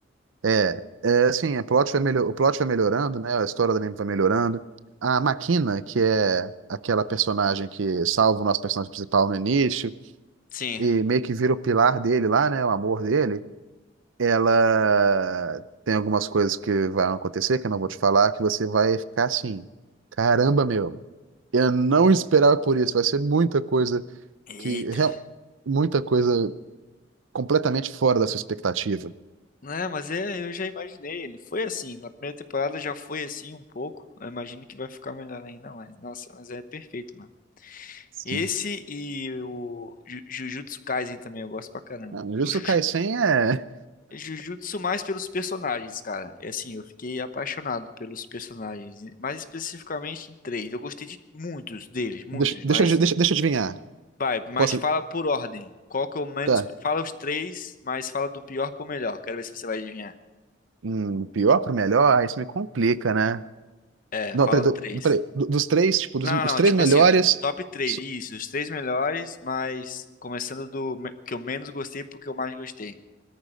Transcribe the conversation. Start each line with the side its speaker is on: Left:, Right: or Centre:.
Right: É, é assim, a plot vai melhor, o plot vai melhorando, né? A história da menina vai melhorando. A Makina, que é aquela personagem que salva o nosso personagem principal no início
Left: Sim.
Right: e meio que vira o pilar dele lá, né? O amor dele. Ela tem algumas coisas que vão acontecer, que eu não vou te falar, que você vai ficar assim, caramba, meu, eu não esperava por isso. Vai ser muita coisa
Left: Eita.
Right: que, real- muita coisa completamente fora da sua expectativa.
Left: Não, é, mas é, eu já imaginei. Ele foi assim. Na primeira temporada já foi assim um pouco. Eu imagino que vai ficar melhor ainda mais. Nossa, mas é perfeito, mano.
Right: Sim.
Left: Esse e o Ju- Jujutsu Kaisen também eu gosto pra caramba.
Right: Não, Jujutsu
Left: O Ju-
Right: Kaisen é
Left: Jujutsu mais pelos personagens, cara. É assim, eu fiquei apaixonado pelos personagens, mais especificamente em três. Eu gostei de muitos deles, muitos,
Right: Deixa,
Left: mas
Right: deixa, eu- deixa, deixa eu adivinhar.
Left: vai, mas
Right: Posso.
Left: fala por ordem. Qual que é o menos?
Right: Tá.
Left: Fala os três, mas fala do pior pro melhor. Quero ver se você vai adivinhar.
Right: Hum, do pior pro melhor, isso me complica, né?
Left: É,
Right: Não,
Left: fala
Right: peraí, do-
Left: três.
Right: do- peraí. Do- dos três, tipo, dos,
Left: Não,
Right: os
Left: não, não,
Right: três
Left: tipo
Right: melhores.
Left: assim, t- top três.
Right: so-
Left: Isso, os três melhores, mas começando do me- que eu menos gostei pro que eu mais gostei.